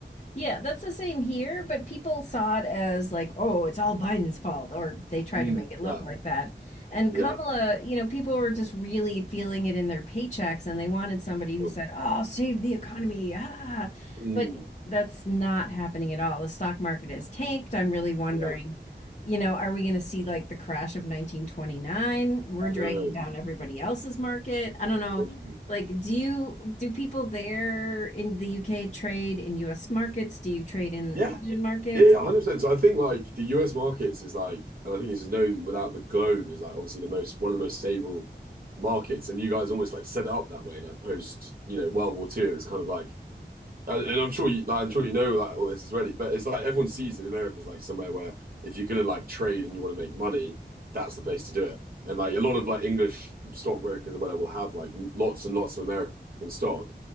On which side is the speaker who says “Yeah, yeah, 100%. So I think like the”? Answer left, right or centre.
Right